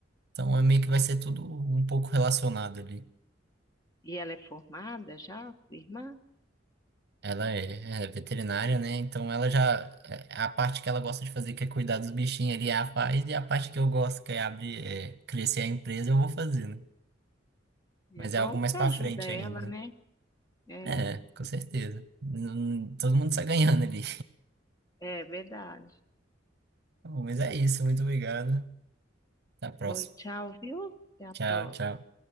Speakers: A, on the right (about 60°); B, on the left (about 20°).
A: Então é meio que vai ser tudo um pouco relacionado ali.
B: e ela é formada já, sua irmã?
A: Ela é, é veterinária, né? Então ela já. é, A parte que ela gosta de fazer, que é cuidar dos bichinhos ali, ela faz, e a parte que eu gosto, que é abrir, é, crescer a empresa, eu vou fazer, né?
B: É
A: Mas
B: bom
A: é algo mais
B: que você
A: pra
B: ajuda
A: frente
B: ela,
A: ainda.
B: né? É.
A: É,
B: é.
A: com certeza. Hum, Todo mundo sai ganhando ali.
B: É verdade.
A: <laughs> Bom, mas é isso, muito obrigado. Até a próxima.
B: Oi, tchau, viu? Até a
A: Tchau,
B: próxima.
A: tchau.